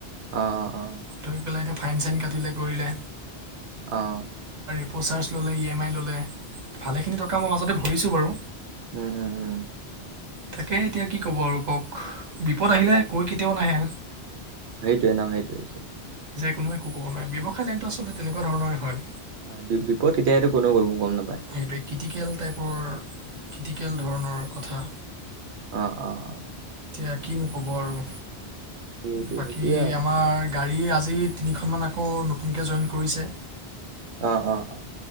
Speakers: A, on the right; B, on the right.
A: অহ, অ।
B: ধৰি পেলাই এতিয়া ফাইন চাইন কাটিলে কৰিলে।
A: অহ।
B: প্ৰচাৰ্জ ল'লে ই এম আই ল'লে, ভালেখিনি টকা মই মাজতে ভৰিছোঁ বাৰু।
A: উম উম উম।
B: তাকে এতিয়া কি কব আৰু কওক? বিপদ আহিলে কৈ কেতিয়াও নাহে।
A: সেইটোৱেই ন'সেইটোৱেইটো।
B: কোনোবাই ক'ব নহয় ব্যৱসায় লাইনটো আচলতে তেনেকুৱা ধৰণৰেই হয়।
A: হয় বিপ -বিপদ কেতিয়া এইটো কোনেও <unintelligible> গম নাপায়।
B: সেইটোৱে ক্ৰিটিকেল টাইপৰ ক্ৰিটিকেল ধৰণৰ কথা।
A: অ', অ', অ',
B: এ কিনো কব আৰু
A: সেইটো
B: বাকী
A: সেইটোৱে আৰু
B: আমাৰ গাড়ী আ আজি তিনিখনমান আকৌ নতুনকে জইন কৰিছে।
A: অ', অ', অ',